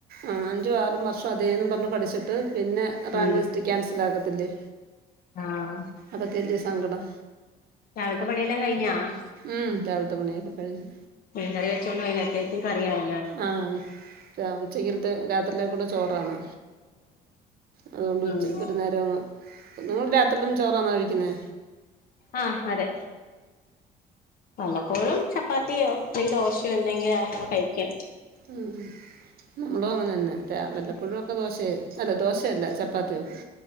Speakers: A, on the right; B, on the left.
A: ആഹ് അഞ്ചും ആറും വർഷം അതേന്നു പറ ഞ്ഞു പഠിച്ചിട്ട് പിന്നെ റാങ്ക്
B: ഉം
A: ലിസ്റ്റ് ക്യാൻസൽ ആകത്തില്ലേ?
B: ആഹ്
A: അതൊക്കെ അല്ലെ സങ്കടം.
B: രാവിലത്തെ പണിയെല്ലാം കയിഞ്ഞാ-?
A: ഉം, രാവിലത്തെ പണിയൊക്കെ കഴിഞ്ഞ്
B: മീൻകറി വച്ചോണ്ട് വൈന്നേരത്തെക്കും കറിയായ
A: ആഹ് ഉച്ച ഉച്ചകേ ത്ത രാത്രിയിലേക്കൂടെ ചോറാണ് അതുകൊണ്ട് ഉച്ചക്കൊരു
B: ഉം
A: നേരം അങ്ങ് നിങ്ങളു രാത്രിലും ചോറാന്നൊ കഴിക്കുന്നെ?
B: ആഹ് അതെ. വല്ലപ്പോഴും ചപ്പാത്തിയോ അല്ലെങ്കി ദോശയോ എന്തെങ്കിലു കഴിക്കും.
A: ഉം നമ്മളും അങ്ങനെ തന്നെ വല്ലപ്പൊഴുവൊക്കെ ദോശയെ അല്ല ദോശയല്ല ചപ്പാത്തിയൊക്കെ